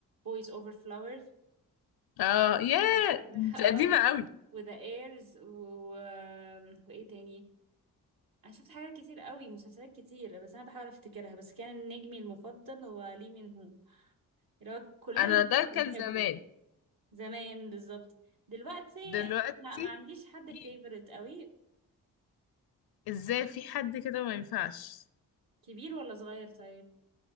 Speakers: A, on the right; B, on the left.
A: boys over flowers
B: اه ياه
A: و- <laughs>
B: انت
A: اه
B: قديمه قوي
A: وذا ايرز و... آه، وايه تاني انا شفت حاجات كتير قوي مسلسلات كتير بس انا بحاول افتكرها بس كان نجمي المفضل هو لي من هو اللي هو كلنا
B: انا
A: كنا
B: ده
A: بنحبه
B: كان زمان
A: زمان بالظبط دلوقتي
B: دلوقتي
A: لا ما عنديش حد
B: إيه؟
A: فيفورت قوي
B: ازاي في حد كده ما ينفعش
A: كبير ولا صغير طيب